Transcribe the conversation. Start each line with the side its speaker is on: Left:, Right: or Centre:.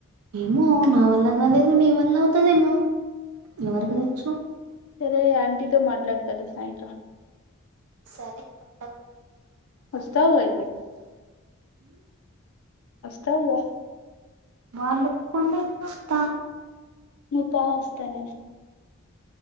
Right: ఏమో నా వల్ల కాలేదు నీ వల్ల అవుతదేమో ఎవరికు తెచ్చు
Left: సరే ఆంటీతో మాట్లాడతాలే సాయంత్రం
Right: సరే పండ
Left: వస్తావుగా‌ అయితే తవ
Right: వాళ్ళ ఒప్పుకుంటే నేను అత్త
Left: నువ్వుపా వస్తున్నం